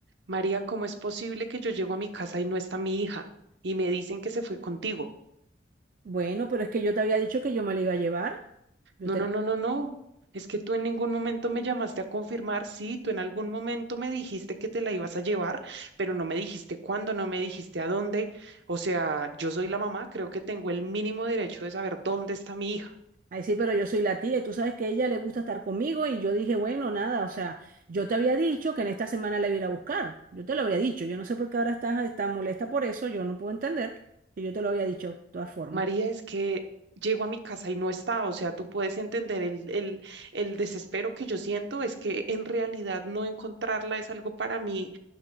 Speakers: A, on the right (about 70°); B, on the right (about 50°).
A: María, ¿cómo es posible que yo llego a mi casa y no está mi hija? Y me dicen que se fue contigo.
B: Bueno, pero es que yo te había dicho que yo me la iba a llevar. Yo
A: No,
B: te
A: no,
B: lo...
A: no, no, no. Es que tú en ningún momento me llamaste a confirmar. Sí, tú en algún momento me dijiste que te la ibas a llevar, pero no me dijiste cuándo, no me dijiste a dónde. O sea, yo soy la mamá, creo que tengo el mínimo derecho de saber dónde está mi hija.
B: Ay, sí, pero yo soy la tía y tú sabes que a ella le gusta estar conmigo y yo dije, bueno, nada, o sea, yo te había dicho que en esta semana la iba a ir a buscar. Yo te lo había dicho. Yo no sé por qué ahora estás tan molesta por eso. Yo no puedo entender. Y yo te lo había dicho de todas formas.
A: María, es que llego a mi casa y no está. O sea, tú puedes entender el, el, el desespero que yo siento. Es que en realidad no encontrarla es algo para mí